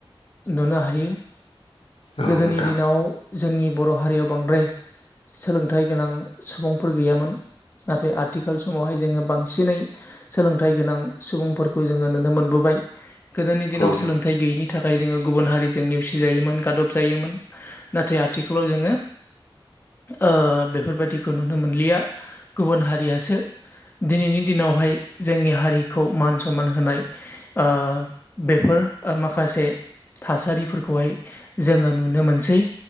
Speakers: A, on the left (about 20°); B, on the left (about 85°).
A: नुनो हायो।
B: औ नोंथां
A: गोदोनि दिनाव जोंनि बर' हारियाव बांद्राय सोलोंथाइ गोनां सुबुंफोर गैयामोन। नाथाय आथिखाल समावहाय जोङो बांसिनै। सोलोंथाइ गोनां सुबुंफोरखौ जोङो नुनो मोनबोबाय गोदोनि दिनाव
B: औ
A: सोलोंथाइ
B: नोंथां
A: गैयैनि थाखाय जोङो गुबुन हारिजों नेवसिजायोमोन गादब जायोमोन नाथाय आथिखालाव जोङो ओ बेफोरबायदिखौ नुनो मोनलिया गुबुन हारियासो दिनैनि दिनावहाय जोंनि हारिखौ मान सनमान होनाय ओ बेफोर माखासे थासारिफोरखौहाय जोङो नुनो मोनसै